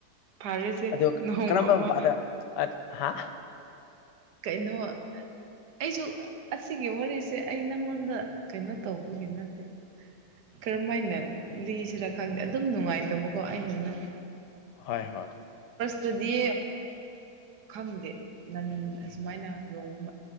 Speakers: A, on the right; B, on the left.
A: ꯐꯔꯦꯁꯦ
B: ꯑꯗꯣ
A: ꯅꯣꯡꯃ
B: ꯀꯔꯝꯕ ꯃꯄꯥꯗ ꯍꯥ
A: ꯀꯩꯅꯣ ꯑꯩꯁꯨ ꯑꯁꯤꯒꯤ ꯋꯥꯔꯤꯁꯦ ꯑꯩ ꯅꯪꯉꯣꯟꯗ ꯀꯩꯅꯣ ꯇꯧꯕꯒꯤ ꯅꯠꯇꯦ ꯀꯔꯝꯍꯥꯏꯅ ꯂꯤꯁꯤꯔꯥ ꯈꯪꯗꯦ ꯑꯗꯨꯝ ꯅꯨꯡꯉꯥꯏꯇꯕꯀꯣ ꯑꯩꯅ ꯅꯪ
B: ꯍꯣꯏ ꯍꯣꯏ
A: ꯑꯗꯨꯗꯤ ꯈꯪꯗꯦ ꯅꯟ ꯑꯁꯨꯃꯥꯏꯅꯣꯡꯃ